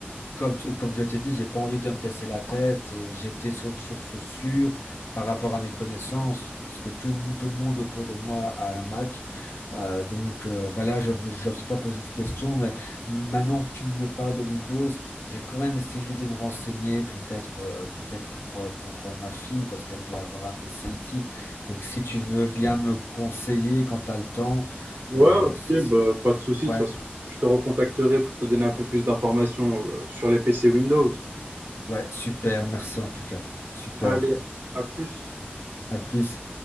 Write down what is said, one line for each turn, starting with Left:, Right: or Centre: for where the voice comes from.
Left: comme, tu- comme je t'ai dit, j'ai pas envie de me casser la tête et j'étais sur une source sûre par rapport à mes connaissances, parce que tout, le mo- tout le monde autour de moi a un Mac. Euh, donc euh, voilà, je je ne sais pas poser de questions, mais maintenant que tu me parles de Windows, j'ai quand même essayé de me renseigner, peut-être euh, peut-être pour, euh, pour euh, ma fille, parce qu'elle doit avoir un PC ici. Donc si tu veux bien me conseiller quand tu as le temps,
Right: Ouais,
Left: euh,
Right: ok,
Left: ça s-
Right: bah, pas de souci.
Left: ouais,
Right: De toute façon, je te recontacterai pour te donner un peu plus d'informations euh, sur les PC Windows.
Left: ouais, super, merci en tout cas. Super,
Right: Allez, à plus.
Left: à plus.